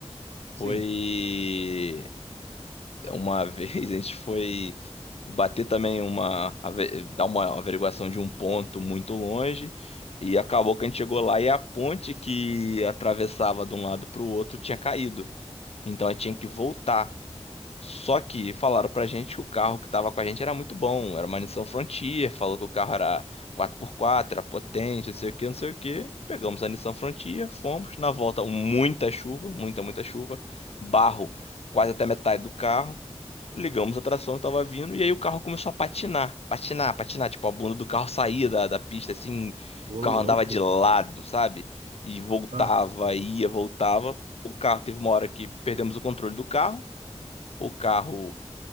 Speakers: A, on the right; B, on the left.
A: Sim.
B: foi uma <laughs> vez a gente foi bater também uma ave- dar uma averiguação de um ponto muito longe e acabou que a gente chegou lá e a ponte que atravessava de um lado para o outro tinha caído. Então a gente tinha que voltar. Só que falaram pra gente que o carro que tava com a gente era muito bom, era uma Nissan Frontier, falou que o carro era quatro por quatro, era potente, não sei o que, não sei o que. Pegamos a Nissan Frontier, fomos, na volta muita chuva, muita, muita chuva, barro quase até metade do carro. Ligamos a tração, eu tava vindo, e aí o carro começou a patinar, patinar, patinar. Tipo, a bunda do carro saía da, da pista, assim,
A: Ô,
B: o carro
A: louco.
B: andava de lado, sabe? E voltava,
A: Ah,
B: ia, voltava. O carro teve uma hora que perdemos o controle do carro. O carro